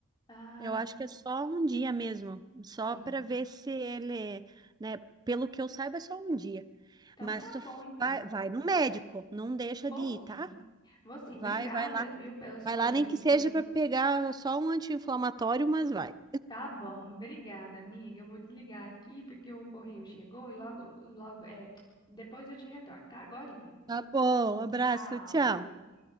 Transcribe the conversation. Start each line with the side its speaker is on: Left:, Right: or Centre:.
Left: Ah,
Right: Eu acho que é só um dia mesmo, só
Left: sim.
Right: para ver se ele, né? Pelo que eu saiba, é só um dia.
Left: Então
Right: Mas
Left: tá
Right: tu f-
Left: bom, então,
Right: vai, vai
Left: amiga.
Right: no médico, não deixa
Left: Vou
Right: de ir,
Left: sim.
Right: tá?
Left: Vou sim,
Right: Vai,
Left: obrigada,
Right: vai lá,
Left: viu, pela sua
Right: vai lá,
Left: ajuda.
Right: nem que seja para pegar só um anti-inflamatório, mas vai.
Left: Tá bom, obrigada, amiga. Eu vou desligar aqui porque o correio chegou e logo, logo, é, depois eu te retorno, tá? Agorinha.
Right: Tá bom, abraço,
Left: Tchau,
Right: tchau.
Left: beijo.